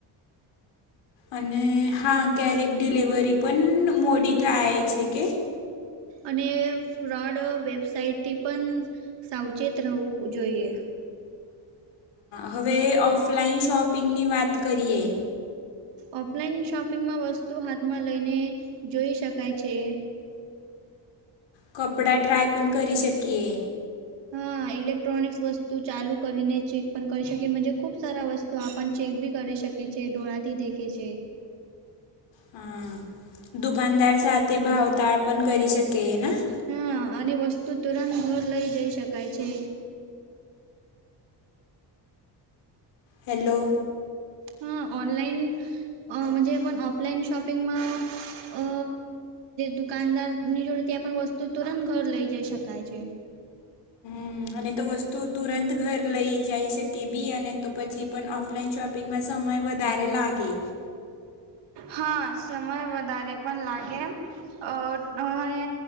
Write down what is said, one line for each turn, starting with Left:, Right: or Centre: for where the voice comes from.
Left: અને હા ક્યારેક ડિલિવરી પણ મોડી થાય છે કે.
Right: અને ફ્રોડ વેબસાઇટથી પણ સાવચેત રહેવું જોઈએ
Left: હવે ઓફલાઈન શોપિંગની વાત કરીએ
Right: ઓફલાઈન શોપિંગમાં વસ્તુ હાથમાં લઈને જોઈ શકાય છે.
Left: કપડા ટ્રાય પણ કરી શકીએ
Right: હા ઇલેક્ટ્રોનિક્સ વસ્તુ ચાલુ કરીને ચેક પણ કરી શકીજ ખુબ સારા વસ્તુ તો આપણ ચેક બી કરી શકીએ છ છેએ ડોળાથી દેખે છે.
Left: હા દુકાનદાર સાથે ભાવતાળ પણ કરી શકેના
Right: હા અને વસ્તુ તુરંત ઘર લઇ જઈ શકાય છે.
Left: હેલો
Right: હા ઓનલાઈનજ પણ ઓફલાઈન શોપિંગમાં અ દુકાનદાર ની જોડે ત્યાં પણ વસ્તુ તુરંત ઘર લઈ જઈ શકાય છે.
Left: હ અને તો વસ્તુ તુરંત ઘર લઈ જઈ શકે બી અને તો પછી પણ ઓફલાઈન શોપ શપિંગમાં સમય વધારે લાગે
Right: હા, સમય વધારે પણ લાગે એમ અહ અને